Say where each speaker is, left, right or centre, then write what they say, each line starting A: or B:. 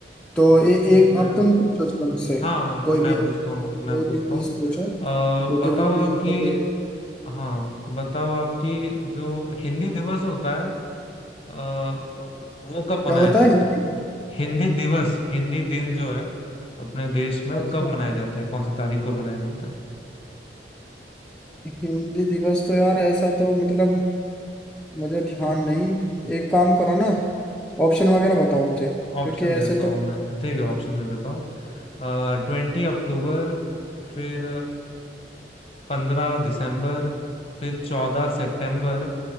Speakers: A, in the centre; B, on the left (about 35°).
A: तो ए, एक
B: ठीक है
A: अब तुम पूछो चलो मुझसे
B: हाँ हाँ, मैं
A: कोई भी
B: पूछता हूँ
A: कोई
B: मैं पूछता
A: भी क्विज
B: हूँ अ,
A: पूछो क्योंकि
B: बताओ
A: भाई मेरे
B: आपकी
A: को तो
B: हाँ बताओ आपकी जो हिंदी दिवस होता है अ, वो कब
A: क्या
B: मनाया
A: होता
B: जाता
A: है हिंदी
B: है हिंदी दिवस हिंदी दिन जो है अपने देश में वो
A: अच्छा
B: कब मनाया जाता है कौन सी तारीख को मनाया जाता है
A: हिंदी दिवस तो यार ऐसा तो मतलब मुझे ध्यान नहीं एक काम करो ना ऑप्शन वगैरह बताओ मुझे
B: ऑप्शन
A: क्योंकि ऐसे
B: दे देता हूँ
A: तो
B: मैं ठीक है ऑप्शन दे देता हूँ ट्वेंटी अक्टूबर फिर पंद्रह दिसंबर फिर चौदह सितंबर